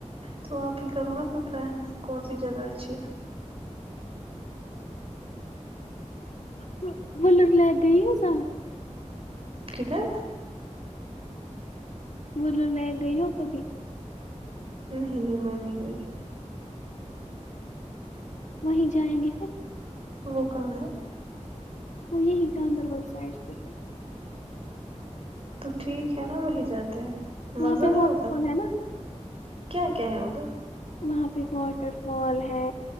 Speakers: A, on the right; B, on the left.
A: تو آپ ہی کرو نا پھر پلان کون سی جگہ اچھی ہے
B: ہ ولر لائگ گئی ہوذا
A: کدھر
B: بولو لے گئی ہو کبھی
A: نہیں نہیں میں نہیں گئی
B: وہیں جائیں گے پھر
A: وہ کہاں ہے
B: وہ یہی گاندربل سائڈ سے ہے
A: تو ٹھیک ہے نا وہی جاتے ہیں
B: وہاں
A: مزہ
B: پہ
A: ہے
B: واٹر
A: ادھر
B: فال ہے نا
A: کیا کیا ہے اد
B: وہاں پہ واٹر فال ہے